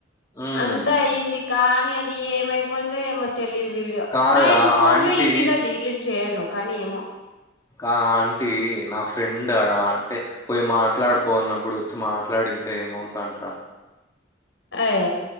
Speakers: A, on the left; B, on the left.
A: హ్మ్.
B: అంతా అయింది కానీ అది ఏమైపోయిందో ఏమో తెలీదు వీడియో
A: కాదురా
B: నా ఏం ఫోన్
A: ఆంటీ
B: లో ఈజీగా డిలీట్ చేయను కానీ ఏమో
A: ఆ అంటీ నా ఫ్రెండ్ ఆడా అంటే పోయి మాట్లాడిపోన్నప్పుడు వచ్చి మాట్లాడింటే ఏమవుతాంటార
B: అయ